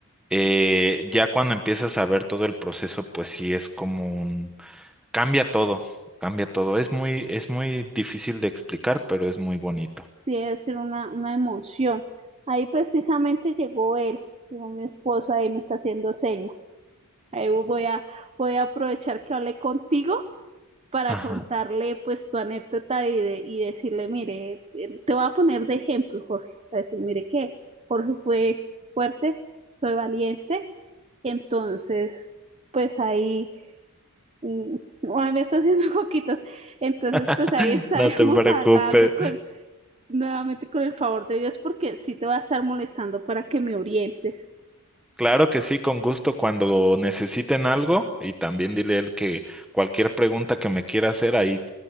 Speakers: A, in the centre; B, on the right (about 30°).
A: eh, ya cuando empiezas a ver todo el proceso, pues sí es como un Cambia todo, cambia todo. Es muy, es muy difícil de explicar, pero es muy bonito.
B: Sí, debe ser una, una emoción. Ahí precisamente llegó él, llegó mi esposo, ahí me está haciendo seña. Ahí voy a, voy a aprovechar que hablé contigo para
A: Ajá.
B: contarle pues tu anécdota y, de, y decirle, mire, eh, te voy a poner de ejemplo, Jorge, para decir, mire que Jorge fue fuerte, fue valiente, entonces pues ahí, mm, <laughs> ay, me está haciendo <laughs> coquitos, entonces
A: <laughs>
B: pues ahí estaremos
A: No te preocupes.
B: <laughs> hablando con, nuevamente con el favor de Dios, porque sí te va a estar molestando para que me orientes.
A: Claro que sí, con gusto cuando necesiten algo y también dile a él que cualquier pregunta que me quiera hacer ahí